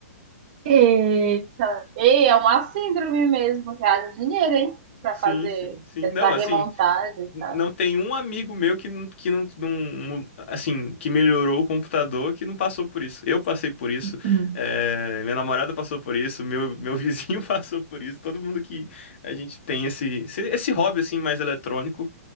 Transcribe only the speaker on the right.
Eita. Ei, é uma síndrome mesmo, que haja dinheiro, hein? Pra
fazer
essa
remontagem,
tá?
Hum.